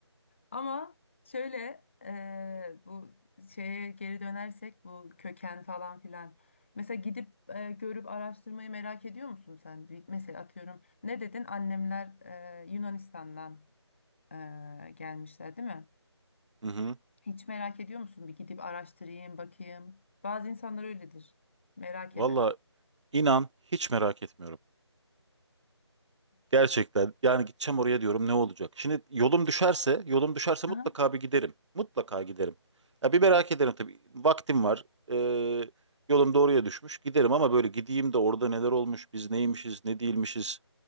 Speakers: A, on the left (about 25°); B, on the right (about 80°).
A: Ama şöyle e, bu şeye geri dönersek bu köken falan filan. Mesela gidip e, görüp araştırmayı merak ediyor musun sen? Bir- Mesela atıyorum ne dedin? Annemler e, Yunanistan'dan e, gelmişler değil mi?
B: Hı hı.
A: Hiç merak ediyor musun? Bir gidip araştırayım, bakayım. Bazı insanlar öyledir. Merak
B: Valla
A: eder.
B: inan hiç merak etmiyorum. Gerçekten yani gideceğim oraya diyorum ne olacak? Şimdi yolum düşerse, yolum düşerse
A: Aha.
B: mutlaka bir giderim. Mutlaka giderim. Ya bir merak ederim tabii. Vaktim var. Ee, yolum doğruya düşmüş. Giderim ama böyle gideyim de orada neler olmuş, biz neymişiz, ne değilmişiz.